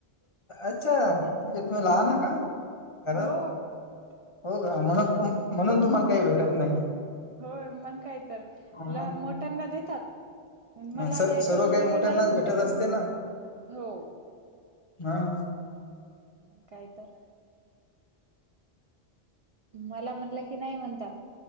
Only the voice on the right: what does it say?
हो
होय मग काय तर,
लहान
मोठ्यांना देतात. मला
द्यायचं
म्हणलं
की, नाही म्हणतात
हो.
काय तर मला म्हणलं की नाही म्हणतात.